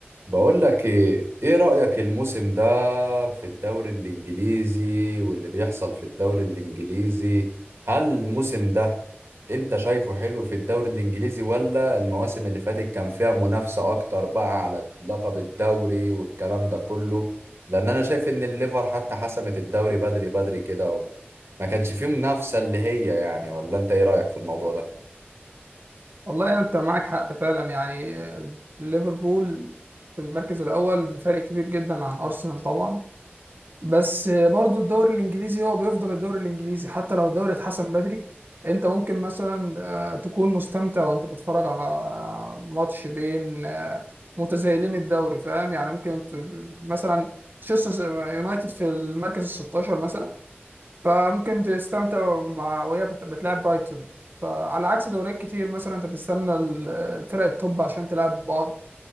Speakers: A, on the right (about 85°); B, on the right (about 55°).
A: بقول لك ايه ايه رأيك الموسم ده في الدوري الانجليزي واللي بيحصل في الدوري الانجليزي هل الموسم ده انت شايفه حلو في الدوري الانجليزي ولا المواسم اللي فاتت كان فيها منافسة اكتر بقى على لقب الدوري والكلام ده كله لان انا شايف ان الليفر حتى حسمت الدوري بدري بدري كده و- ما كانش فيه منافسة اللي هي يعني ولا انت ايه رأيك في الموضوع ده
B: والله انت معاك حق فعلا يعني آه، ليفربول في المركز الاول بفرق كبير جدا عن ارسنال طبعا بس آه، برضو الدوري الانجليزي هو بيفضل الدوري الانجليزي حتى لو الدوري اتحسن بدري انت ممكن مثلا آه، تكون مستمتع وانت بتتفرج على آه، ماتش بين آه، متزايلين الدوري فاهم يعني ممكن ت- مثلا تشيلسي يونايتد في المركز ال 16 مثلا فممكن تستمتع مع وهي بت- بتلعب برايتون فعلى عكس دوريات كتير مثلا انت بتستنى ال- الفرق التوب عشان تلعب بعض